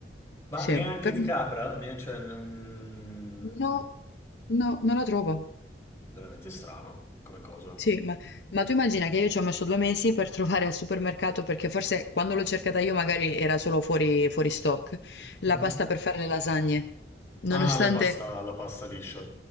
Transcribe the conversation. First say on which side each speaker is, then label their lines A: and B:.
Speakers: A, on the left; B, on the left.
A: Ma
B: Sì,
A: neanche
B: però
A: di capra? Ne- cioè, non-
B: no, no, non la trovo.
A: Veramente strano come cosa.
B: Sì, ma, ma tu immagina che io ci ho messo due mesi per trovare al supermercato, perché forse quando l'ho cercata io magari era solo fuori, fuori stock, la
A: Mm?
B: pasta per fare le lasagne. Nonostante...
A: Ah, la pasta, la pasta liscia.